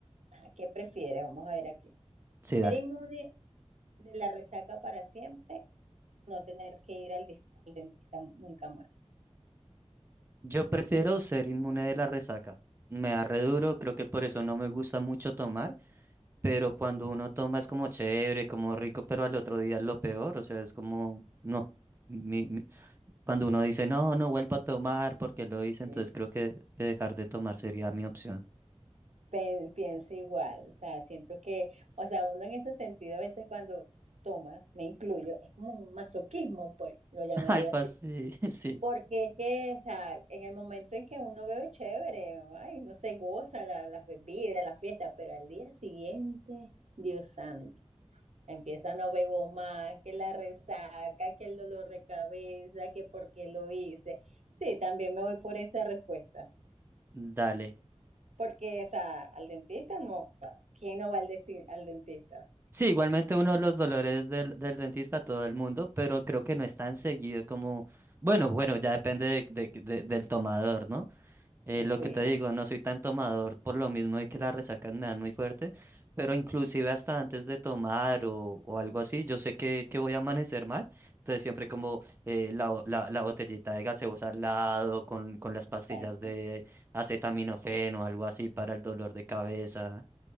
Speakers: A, on the right; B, on the right.
A: Ah, ¿qué prefieres? Vamos a ver aquí.
B: Sí, dale.
A: ¿Ser inmune de la resaca para siempre? No tener que ir al, dis- al dentista nunca más.
B: Yo prefiero ser inmune de la resaca. Me da re duro, creo que por eso no me gusta mucho tomar, pero cuando uno toma es como chévere, como rico, pero al otro día es lo peor, o sea, es como, no. Mi- mi- Cuando uno dice, no, no vuelvo a tomar porque lo hice, entonces
A: Sí.
B: creo que, que dejar de tomar sería mi opción.
A: Pe- Pienso igual, o sea, siento que, o sea, uno en ese sentido a veces cuando toma, me incluyo, es como un masoquismo, pues, lo llamaría
B: <laughs> Algo
A: así.
B: así, <laughs> sí.
A: Porque es que, o sea, en el momento en que uno bebe chévere, ay, no se goza la- las bebidas, las fiestas, pero al día siguiente, Dios santo, empieza no bebo más, que la resaca, que el dolor de cabeza, que por qué lo hice. Sí, también me voy por esa respuesta.
B: Dale.
A: Porque, o sea, al dentista no, o sea, ¿quién no va al, desti- al dentista?
B: Sí, igualmente uno de los dolores del, del dentista a todo el mundo, pero creo que no es tan seguido como, bueno, bueno, ya depende de- de- de- del tomador, ¿no? Eh, lo
A: Sí,
B: que te digo, no soy tan tomador por lo mismo de que las resacas me dan muy fuerte, pero inclusive hasta antes de tomar o, o algo así, yo sé que, que voy a amanecer mal, entonces siempre como eh, la, bo- la, la botellita de gaseosa al lado, con, con las pastillas
A: exacto.
B: de acetaminofeno o algo así para el dolor de cabeza.